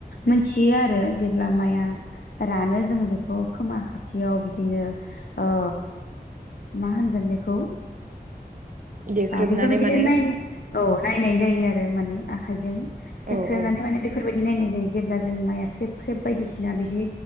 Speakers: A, on the left (about 75°); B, on the right (about 55°).
A: मोनथियो आरो जेब्ला माइआ रानो जोङो बेखौ खोमा खाथियाव बिदिनो ओ मा होनगोन बेखौ
B: देख्रुबनानै
A: बेफोरबायदिनो
B: माने
A: नाय औ नायनाय जायो आरो माने आखायजों सेख्रेबनानै
B: औ औ
A: माने बे फोरबायदि नायनाय जायो जेब्ला जों माइआ ख्रेब ख्रेब बायदिसिना बिदि